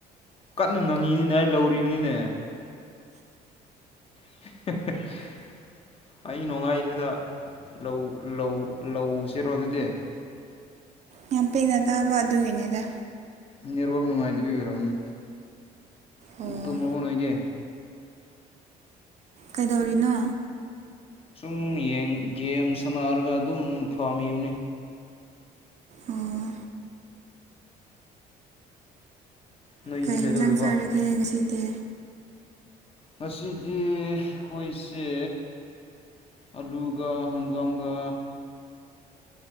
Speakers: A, on the left; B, on the right.
A: ꯀꯟꯅ ꯉꯪꯉꯤꯅꯤꯅꯦ ꯑꯩ ꯂꯧꯔꯤꯕꯅꯤꯅꯦ <unintelligible> ꯑꯍꯤꯡ ꯅꯣꯡꯉꯥꯏꯁꯤꯗ ꯂꯧ ꯂꯧ ꯂꯧꯁꯤꯔꯣ ꯑꯗꯨꯗꯤ
B: ꯌꯥꯝ ꯄꯤꯛꯅ ꯇꯥꯕ ꯑꯗꯨꯒꯤꯅꯤꯗ
A: ꯅꯦꯠꯋꯥꯛ ꯅꯨꯡꯉꯥꯏꯇꯕꯒꯤ ꯑꯣꯏꯔꯝꯃꯅꯤ
B: ꯑꯣ
A: ꯇꯨꯝꯃꯕꯣ ꯅꯣꯏꯗꯤ
B: ꯀꯩꯗꯧꯔꯤꯅꯣ
A: ꯁꯨꯝ ꯌ‌ꯦꯡ ꯒꯦꯝ ꯁꯥꯟꯅꯔꯒ ꯑꯗꯨꯝ ꯐꯝꯃꯤꯕꯅꯤ
B: ꯑꯣ
A: ꯅꯣꯏꯗꯤ
B: ꯀꯩ
A: ꯀꯩꯗꯧꯔꯤꯕ
B: ꯍꯤꯟꯖꯥꯡ ꯆꯥꯔꯒꯦ ꯉꯁꯤꯗꯤ
A: ꯉꯁꯤꯗꯤ ꯑꯩꯈꯣꯏꯁꯦ ꯑꯂꯨꯒ ꯍꯪꯒꯥꯝꯒꯥ